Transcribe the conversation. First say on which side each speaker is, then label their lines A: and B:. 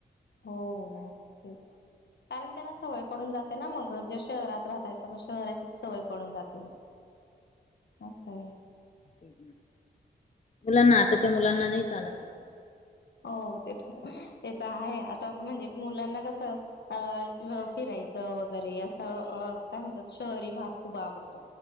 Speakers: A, on the left; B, on the left.
A: हो तेच कारण त्यांना सवय पडून जाते ना मग ज शहरात.. राहता तर मग शहराचीच सवय पडून जाते. असे आहे
B: तेच ना मुलांना आताच्या मुलांना नाही चालत तसं
A: हो ते पण ते तर आहे आता म्हणजे मुलांना कसं अ फिरायचं वगैरे असं काय म्हणतात शहरी भाग खूप आवडतो